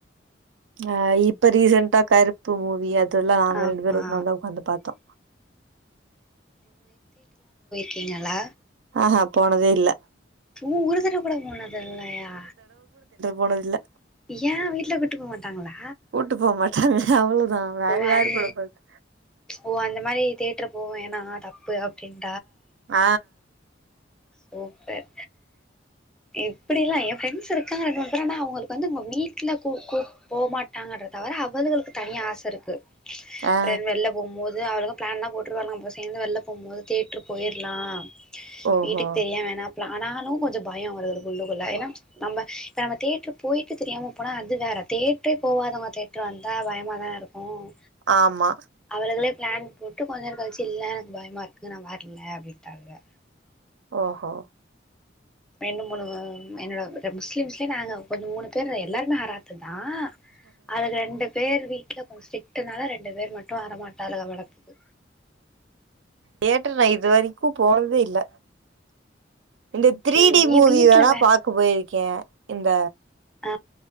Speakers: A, on the right (about 75°); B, in the centre.
A: ஆ இப்ப ரீசென் டா கருப்பு மூவி அத் இதெல்லா நாங்க
B: ஆமா
A: ரெண்டு பேரு ஒன்னாதா உக்காந்து பாத்தோ
B: செங்கலா
A: ஆ ஹா போனதே இல்ல
B: ஓ ஒரு தடவ கூட போனது இல்லயா
A: போனதுல்ல
B: யா வீட்ல கூட்டு போக மாட்டாங்களா
A: கூட்டு போ மாட்டாங்க அவ்ளோதா வேற
B: வந்
A: யாரு கூட போறது
B: ஓ அந்த மாரி தேட் தியேட்டர் போவேனா தப்பு அப்டின்
A: ஆ
B: சூப்பர் இப்புடில்லா ஏ ப்ரெண்ட்ஸ் இருக்காங்க ரெண்டு மூணு பேர் ஆன அவங்களுக்கு வந்து அவுங்க வீட்டுல கூப் கூ போமாட்டாங்க தவர அவளுகளுக்கு தனியா ஆசை இருக்கு
A: ஆ
B: பிற என் வெளில போம்போது அவளுக பிளான்லா போட்டுருவாலுக நம்ப சேந்து வெளில போம்போது தியேட்ரு போயிருலாம்
A: ஓஹோ
B: வீட்டுக்கு தெரிய வேணா ஆனாலு கொஞ்ச பயம் வருது உள்ளுக்குள்ள ஏனா நம்ம இப்ப நம்ம தேட்ருக்கு போயிட்டு தெரியாம போனா அது வேற தேட்ரே போவாதங்க தேட்ரு வந்தா பயமா தா இருக் ம்
A: ஆமா
B: அவளுகளே பிளான் போட் டு கொஞ்ச நேர கழிச்சு இல்ல எனக்கு பயமா இருக்கு நா வர்ல அப்டின்டாலுக
A: ஓஹோ
B: ரெண்டு மூணு மெனு முஸ்லிம்ஸ்ல நாங்க கொஞ்ச மூணு பேரு எல்லாருமே ஆராத்துங்க தா அது ரெண்டு பேரு வீட்ல கொஞ்ச ஸ்டிரிக்ட்னுல ரெண்டு பேர் மட்டும் வரமாட்டாலுக போலருக்கு
A: தியேட்டர் நா இது வரைக்கும் போனதே இல்ல இந்த திரீடி
B: ம்
A: மூவி
B: ஏ வீட்ல
A: வேணா பாக்க போயிருக்கேன் இந்த
B: ஆ